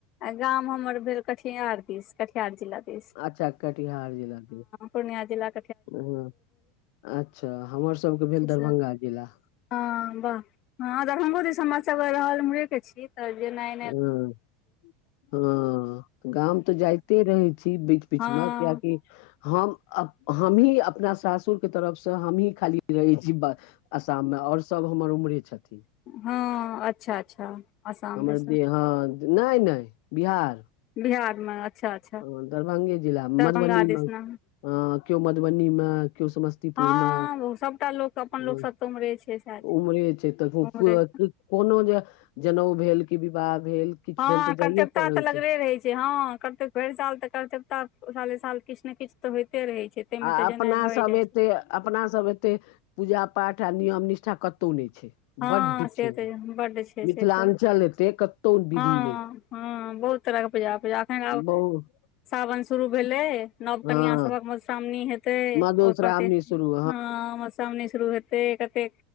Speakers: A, on the left; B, on the left.
A: गाम हमर भेल कटिहार दिस कटिहार जिला दिस
B: अच्छा कटिहार जिला दिस
A: पूणिया जिलाक
B: ह अच्छा हमर सबके भेल
A: से सब
B: दरभंगा जिला
A: हँ वाह हँ दरभ्ंगो दिस हमर सभ रहल उमुरेके छिय तर जेनाय
B: ह हँ गाम तऽ जाइते रहै छी बीच बिचमे
A: हँ
B: किया की हम हमही अपना सासुरके तरफसँ हमही खाली रहै छी बस असाममे आओर सभ हमर उमरे छथिन
A: हँ अच्छा अच्छा आसाम
B: हमर
A: दिसन
B: दे हँ नहि नहि बिहार
A: बिहारमे अच्छा अच्छा
B: हँ दरभ्ंगे जिला मधुबनीमे
A: दरभंगा दिसना
B: हँ केओ मधुबनी मे केओ समस्तीपुर
A: हँ
B: मे
A: सभटा लोक अपन
B: हँ
A: लोक सब तऽ उम्हरे छै सएह छै
B: उमर छै तऽ
A: उम्हरे
B: कोनो जे जनेउ भेल कि विवाह भेल किछु
A: हँ
B: भेल तऽ
A: कर्तव्यता
B: जाइए पड़ै
A: तऽ लगले
B: छै
A: रहे छै हँ कर्तव्य भरि साल तऽ करर्तवता साले साल किछु ने किछ तऽ होयते रहे छै ताहिमे
B: आ
A: तऽ
B: अपनासभ
A: जेनाइ भए जाइ
B: एतेक
A: छै
B: अपना सब एते पूजा पाठ आ नियम निष्ठा कतहु नहि छै
A: हँ
B: बड्ड
A: से
B: छै
A: तऽ बड्ड छै से
B: मिथिलाञ्चल
A: तऽ
B: एते कतहु
A: हँ
B: विधि नहि छै
A: हँ बहुत तरहके पुजा पुजा एखन आब
B: बहुत
A: सावन शुरू भेले नव
B: हँ
A: कन्य सभक मधुश्रावणी हेते
B: मधुश्रावणी
A: ओ करत हँ
B: शुरू
A: हमरा सभ सामने शुरू हेते कते